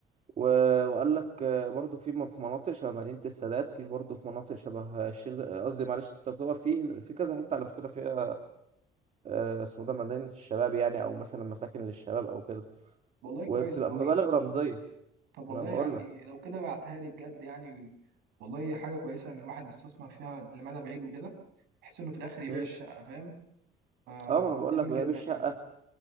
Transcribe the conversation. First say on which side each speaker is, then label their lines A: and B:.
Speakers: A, on the right; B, on the right.
A: و- وقال لك آه، برضه في م- في مناطق شبه مدينة السادات في برضه في مناطق شبه الشيخ زايد قصدي معلش تعتبر في في كذا حتة على فكرة فيها آه، اسمه ده مدينة الشباب يعني أو مثلا مساكن للشباب أو كده
B: والله كويس
A: وبتبقى
B: قوي
A: مبالغ رمزية
B: طب والله
A: أنا بقول
B: يعني
A: لك
B: لو كده بعتها لي بجد يعني والله حاجة كويسة إن الواحد يستثمر فيها لمدى بعيد وكده بحيث إنه في الآخر يبيع
A: مم.
B: الشقة فاهم فجميل
A: اه ما انا بقول لك بيع
B: جدا
A: الشقه
B: يعني